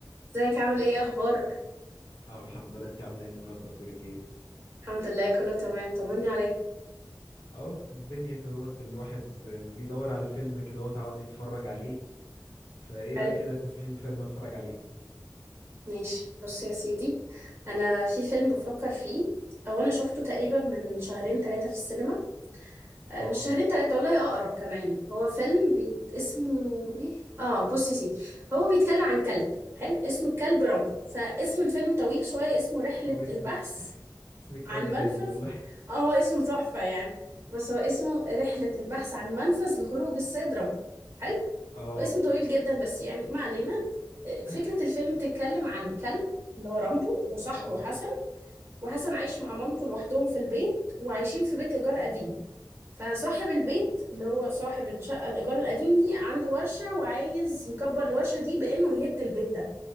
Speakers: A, on the right; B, on the left.
A: ازيك عامل ايه اخبارك
B: اه الحمد لله انت عامله ايه النهارده اخبارك ايه
A: الحمد لله كله تمام طمني عليك
B: اهو الدنيا كدهوت الواحد بيدور على فيلم كدهوت عاوز يتفرج عليه فايه
A: حلو
B: رايك كده تنصحيني بفيلم اتفرج عليه
A: ماشي بص يا سيدي انا في فيلم بفكر فيه او انا شفته
B: <laughs>
A: تقريبا
B: مم.
A: من شهرين ثلاثة في السينما آه،
B: اه
A: مش شهرين ثلاثة والله اقرب كمان هو فيلم بيت... اسمه ايه اه بص يا سيدي هو بيتكلم عن كلب حلو اسم الكلب رامبو فاسم الفيلم طويل شوية اسمه رحلة
B: هو اسمك
A: البحث
B: اسمك كلب
A: عن
B: جامد
A: منفذ
B: والله
A: اه هو اسمه تحفة يعني بس هو اسمه رحلة البحث عن منفذ لخروج السيد رامبو حلو
B: اه
A: واسمه طويل جدا بس يعني ما علينا آه، فكرة
B: <laughs>
A: الفيلم تتكلم عن كلب اللي هو رامبو وصاحبه
B: اه
A: حسن وحسن عايش مع مامته لوحدهم في البيت وعايشين في بيت إيجار قديم فصاحب البيت اللي هو صاحب الشقة الإيجار القديم دي عنده ورشة وعايز يكبر الورشة دي بإنه يهد البيت ده